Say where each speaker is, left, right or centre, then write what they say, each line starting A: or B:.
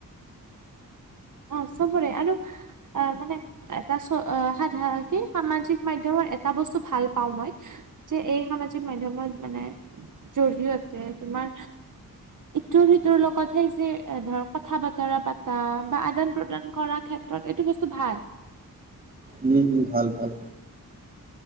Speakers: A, on the right; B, on the right.
A: অ চবৰে আৰু অ মানে এটা চ সাধাৰণতে কি সামাজিক মাধ্যমৰ এটা বস্তু ভাল পাওঁ মই যে এই সামাজিক মাধ্যমৰ মানে জৰিয়তে তোমাৰ ইটোৰ সিটোৰ লগতহে যে এ ধৰ কথা বতৰা পাতা বা আদান প্ৰদান কৰাৰ ক্ষেত্ৰত এইটো বস্তু ভাল।
B: উম উম ভাল ভাল।